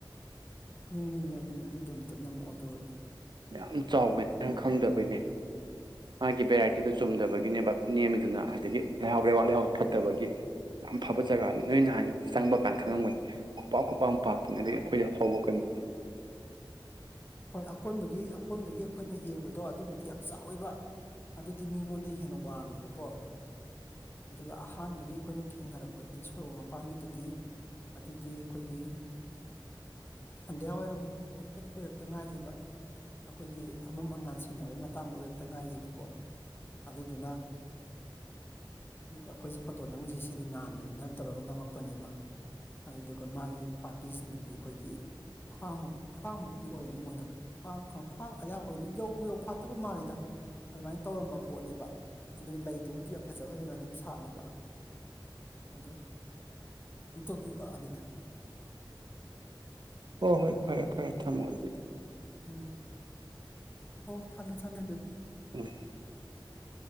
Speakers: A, on the left; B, on the right.
A: ꯌꯦꯡꯅꯤꯡꯉꯦ ꯑꯗꯨꯅꯦ ꯑꯗꯨ ꯑꯗꯨꯝ ꯅꯝꯃꯛꯑꯣ ꯑꯗꯨ
B: ꯌꯥꯝ ꯆꯥꯎꯕꯅꯦ ꯅꯪ ꯈꯪꯗꯕꯩꯅꯦ ꯃꯥꯒꯤ ꯚꯦꯔꯥꯏꯇ ꯑꯕꯨ ꯆꯨꯝꯗꯕꯒꯤꯅꯦꯕ ꯅꯦꯝꯃꯤꯗꯨꯅ ꯍꯥꯏ ꯑꯗꯒꯤ ꯂꯩꯍꯥꯎ ꯂꯩꯕꯥꯛ ꯂꯩꯍꯥꯎꯁꯨ ꯐꯠꯇꯕꯒꯤ ꯌꯥꯝ ꯐꯕ ꯖꯒꯥꯅꯤ ꯂꯩꯅ ꯍꯥꯏ ꯆꯪꯕ ꯀꯥꯟꯗ ꯈꯪꯉꯂꯝꯒꯅꯤ ꯈꯨꯄꯥꯛ ꯈꯨꯄꯥꯛꯥꯛ ꯄꯥꯛꯄꯅꯤ ꯑꯗꯒꯤ ꯑꯩꯈꯣꯏꯗ ꯍꯧꯕ ꯀꯩꯅꯣꯗꯣ
A: ꯍꯣꯏ ꯑꯀꯣꯟꯕꯒꯤ ꯑꯀꯣꯟꯕꯒꯤ ꯑꯩꯈꯣꯏꯅ ꯌꯦꯡꯕꯗꯣ ꯑꯗꯨꯕꯨꯗꯤ ꯌꯥꯝ ꯆꯥꯎꯋꯦꯕ ꯑꯗꯨꯗꯤ ꯃꯤꯉꯣꯟꯗ ꯍꯦꯟꯅ ꯋꯥꯡꯉꯦꯕꯀꯣ ꯑꯗꯨꯒ ꯑꯍꯥꯟꯕꯒꯤ ꯑꯩꯈꯣꯏꯅ ꯊꯦꯡꯅꯔꯛꯄꯗꯗꯤ ꯁꯣꯔꯣꯛ ꯃꯄꯥꯟꯒꯤꯗꯨꯗꯤ ꯑꯗꯨꯗꯤ ꯑꯩꯈꯣꯏꯒꯤ ꯁꯟꯗ꯭ꯌꯥ ꯋꯥꯏꯔꯝ ꯍꯥꯏꯐꯦꯠ ꯑꯣꯏꯔꯛꯇ ꯉꯥꯏꯔꯤꯕ ꯑꯩꯈꯣꯏꯒꯤ ꯑꯃꯝ ꯑꯉꯥꯟ ꯁꯤꯟꯅꯕꯩ ꯃꯇꯥꯡꯗ ꯑꯣꯏꯔꯛꯇ ꯉꯥꯏꯔꯤꯕꯀꯣ ꯑꯗꯨꯗꯨꯅ ꯑꯩꯈꯣꯏꯁꯦ ꯐꯣꯇꯣ ꯅꯝꯃꯤꯁꯦ ꯁꯤꯗꯤ ꯉꯥꯟꯕꯅꯤꯅ ꯇꯧꯔꯒ ꯅꯝꯃꯛꯄꯅꯦꯕ ꯑꯗꯨꯗꯨꯒ ꯃꯥꯒꯤ ꯄꯥꯝꯕꯤꯁꯤꯡꯗꯨꯗꯤ ꯑꯩꯈꯣꯏꯒꯤ ꯈ꯭ꯋꯥꯡꯃꯨꯛ ꯈ꯭ꯋꯥꯡꯃꯨꯛꯇꯤ ꯑꯣꯏꯔꯅꯤ ꯃꯣꯏꯗꯣ ꯈ꯭ꯋꯥꯡ ꯈ꯭ꯋꯥꯡ ꯑꯌꯥ ꯑꯣꯏꯅꯤ ꯌꯧꯕ ꯌꯧ ꯐꯥꯠꯇꯕ ꯃꯥꯜꯂꯤꯗ ꯑꯗꯨꯃꯥꯏꯅ ꯇꯧꯔꯝꯕ ꯄꯣꯠꯅꯦꯕ ꯑꯗꯨꯒ ꯂꯩꯗꯨꯕꯨꯗꯤ ꯌꯥꯝ ꯐꯖ ꯐꯖꯅ ꯑꯗꯨꯝ ꯁꯥꯠꯂꯦꯕ ꯑꯗꯨꯒ ꯇꯧꯕꯒꯤ ꯋꯥꯅꯤꯗ
B: ꯍꯣꯏ ꯍꯣꯏ ꯐꯔꯦ ꯐꯔꯦ ꯊꯝꯃꯒꯦ ꯑꯗꯨꯗꯤ
A: ꯎꯝ ꯑꯣ ꯊꯝꯃꯦ ꯊꯝꯃꯦ ꯑꯗꯨ
B: ꯎꯝ